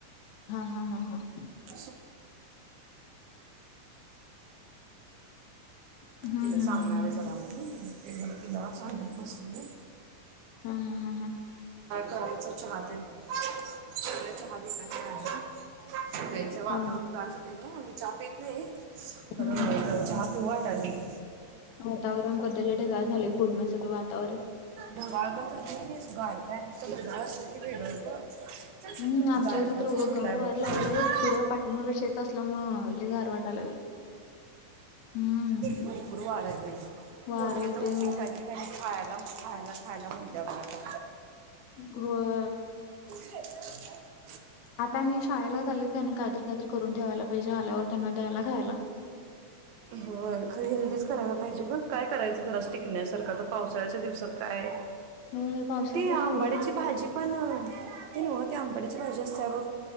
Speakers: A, on the left; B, on the right.
A: हां-हां-हां
B: <unintelligible>
A: हम्म
B: तिला सांगणार
A: हम्म हम्म हम्म.
B: आय जरा मनून. ते जरा तिला सांगत बसलेलो.
A: हां-हां-हां-हां.
B: कळायच चहा तेन <unintelligible> चहा दिला नई आजून. च वातावण
A: हा
B: गार झालंय ग मी चहा पित नाही, खरं
A: हम्म
B: चहा पिऊट वाटालाय.
A: वातावरण बदललय ढगाळ झालय पूर्ण सगळं वातावरण.
B: ढगाळ पण झालंय नी गारटा हाय ढगाळ असलं की, वेगळं ग.
A: हम्म आमच्या
B: गारटा
A: इथं तर
B: असं
A: एवढं
B: सुटलाय
A: गार व्हायला
B: बघ, हं-हं-हं
A: लागलय पुढं पाठीमाग शेत असल्यामुळं लय गार वाटायला लागलय. हम्म
B: भरपूर वारा आहे. <unintelligible>
A: वार
B: पोरगी
A: येतय
B: आता उठली
A: होय.
B: की काहीतरी काहीतरी खाया <inaudible> खायला खायला म्हणत्या बघ आता.
A: गुरुवा
B: <unintelligible>
A: आता आणि शाळेला चाललोय ते आणि काय तर काय तर करून ठेवायला पाहिजे, आल्यावर त्यांना द्यायला खायला.
B: होय खरं हेल्दीच करायला पाहिजे गं, काय करायचं खरं अस् टिकण्यासारखं आता पावसाळ्याच्या दिवसात. काय,
A: होय पावसाळ्यात
B: ती आंबाड्याची
A: जरा अवघड होतच.
B: भाजी पण. ते नव ते अंबाड्याची भाजी असत्या बघ.